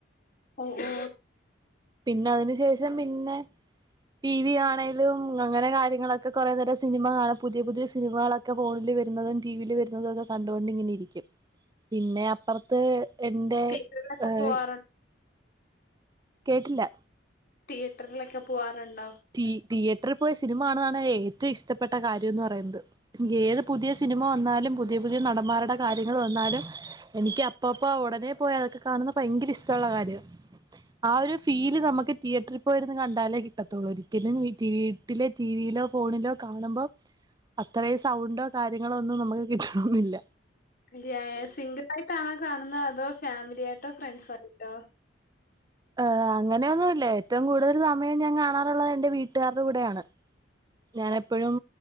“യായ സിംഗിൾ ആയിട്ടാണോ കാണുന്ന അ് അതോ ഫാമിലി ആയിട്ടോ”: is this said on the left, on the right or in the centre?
Left